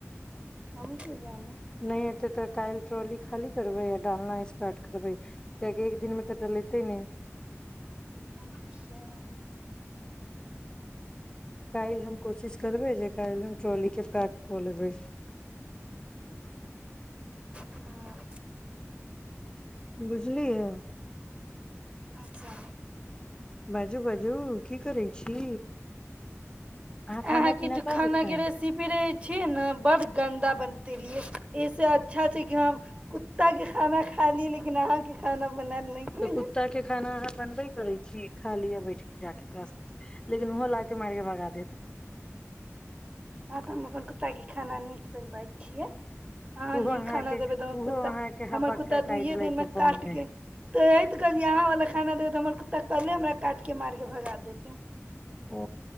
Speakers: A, on the right; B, on the left.
A: क क जी
B: नहि एेतै तऽ काल्हि ट्रॉली खाली करबै आ डालना स्टार्ट करबै कियकि एक दिनमे तऽ डलेतै नहि
A: अच्छा
B: काल्हि हम कोशिश करबै जे काल्हि हम ट्रली के पैक कऽ लबै
A: हँ
B: बुझलियै
A: अच्छा
B: बाजू बाजू की करै छी अहाँ खाना
A: अहाँके
B: पीना
A: जे
B: कब
A: खाना
B: खायब
A: के रेसिपी रहे छियै ने बड गन्दा बनते रयै अच्छा छै कि ह कुत्ता के खाना खा ली लेकिन अहाँके खाना बनायल नहि खइयै
B: तऽ कुत्ता के खाना अहाँ बनबे करै छियै खा लिये बैठ के जााक लेकिन उहो लागते मारिक के भगा देत
A: आ त म अपनन कुतागे खाना नीक से दै छियै अह
B: ओहो अहाँके
A: खाना देबै तऽ
B: ओहो
A: हमर कुत्ता
B: अहाँके हबक्का
A: हमर कुत्ता
B: काटि
A: दुइयए
B: लेत
A: दिनमे
B: बम
A: काटके
B: मे
A: तऽ हे तऽ कहल जे अहाँ वालला खाना देबै तऽ हमर कुत्ता कल्े हमरा काटिके मारिक भगा देतै
B: ओ